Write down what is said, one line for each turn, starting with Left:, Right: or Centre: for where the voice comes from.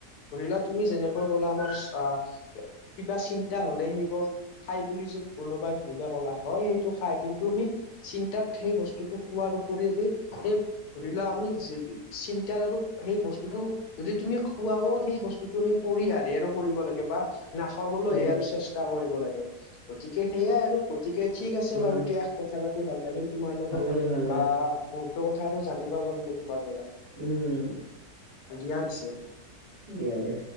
Left: ধৰি লক তুমি যেনেকৈ ক'লা আমাৰ অ', কিবা চিন্তা হ'লে সেইবোৰ খাই বুলি যে কোনোবাক দিলে ক'লা হয় সেইটো খাই কিন্তু আমি চিন্তাত সেই বস্তুটো খোৱাৰ উপৰি আমি সেই ধৰি লোৱা আমি য চিন্তাৰ আৰু সেই বস্তুটো যদি তুমি খোৱাও সেই বস্তুটো আমি পৰিহাৰ হে আৰু কৰিব লাগে বা নাখাবলৈহে
Right: হয়
Left: আৰু চেষ্টা কৰিব লাগে, গতিকে সেইয়াই আৰু গতিকে ঠিক আছে
Right: অ
Left: বাৰু দিয়া। কথা পাতি ভাল লাগিল তোমাৰ লগত
Right: ভাল লাগিল ভাল লাগিল
Left: বা বহুতো কথা আৰু জানিবা পাৰিলো তোমাৰ পৰা।
Right: উম।
Left: দিয়া পিছে।
Right: দিয়া দিয়া।